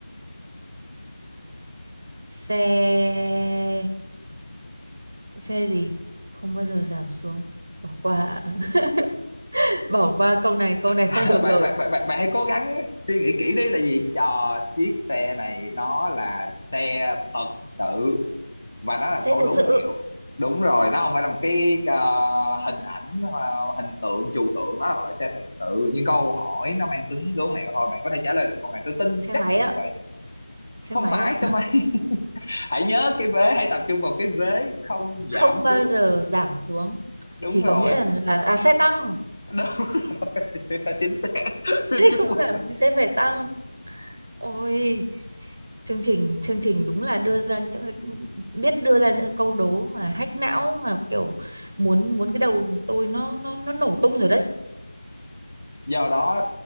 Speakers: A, on the right (about 20°); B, on the left (about 35°).
A: xe xe gì không bao giờ giảm xuống bỏ qua ạ. <laughs> bỏ qua câu này câu này
B: <laughs>
A: không được
B: bạn bạn
A: rồi
B: bạn bạn bạn hãy cố gắng suy nghĩ kỹ đi tại vì cho chiếc xe này nó là xe thật sự và nó là
A: xe
B: câu
A: thật
B: đố
A: sự
B: mẹo đúng rồi nó không phải là một cái ờ, hình ảnh ờ, hình tượng trừu tượng nó là một loại xe thật sự nhưng câu hỏi nó mang tính đố mẹo thôi bạn có thể trả lời được câu này tôi tin
A: xe
B: chắc
A: máy
B: là
A: ạ
B: như vậy
A: xe
B: không
A: máy
B: phải
A: ạ
B: sao mai <laughs> hãy nhớ cái vế hãy tập trung vào cái vế không
A: không
B: giảm
A: bao
B: xuống
A: giờ giảm xuống
B: đúng
A: thì
B: rồi
A: có nghĩa là, là à xe tăng <laughs>
B: đúng <laughs> chính xác xin
A: xe
B: chúc
A: không
B: mừng
A: giảm thì xe phải tăng ôi chương trình chương trình đúng là đưa ra những cái biết đưa ra những cái câu đố mà hack não mà kiểu muốn muốn cái đầu tôi nó nó nó nổ tung rồi đấy
B: do đó